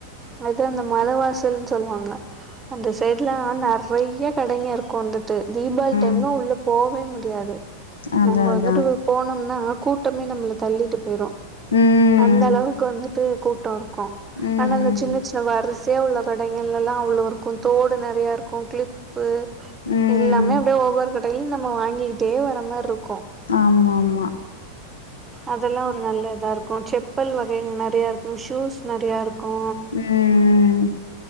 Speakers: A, on the right (about 20°); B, on the left (about 70°).
A: அது அந்த மலை வாசல்ன் சொல்லுவாங்க அந்த சைட்லா நறைய கடைங்க இருக் கோ வந்துட்டு தீபாவ்ளி டைம்லா
B: ம் ம்
A: உள்ள போவே முடியாது
B: அதா
A: நம்ம
B: அதா
A: வந்துட்டு போனம்னா கூட்டமே நம்ள தள்ளிட்டு பேய்ரு
B: ம்
A: அந்தளவு வுக்கு வந்துட்டு கூட்டோ இருக்கு
B: ம்
A: ஆனா அந்த சின்ன
B: ம்
A: சின்ன வருஸ் சேவ் உள்ள கடைங்களல்லா அவ்ளோருக்கு தோடு நெறையா இருக்கு க்ளிப்பு
B: ம்
A: எல்லாமே அப்டே ஒவ்வொர் கடைய்லியு நம்ம வாங்கிக்கிட்டே வர மார் ருக்கு
B: ஆமாம்மா
A: அதெல்லா ஒரு நல்ல இதா இருக்கு ச்செப்பல் வகைங் நறையா இருக்கு ஷூஸ் நறையா இருக்கு
B: ம் ம்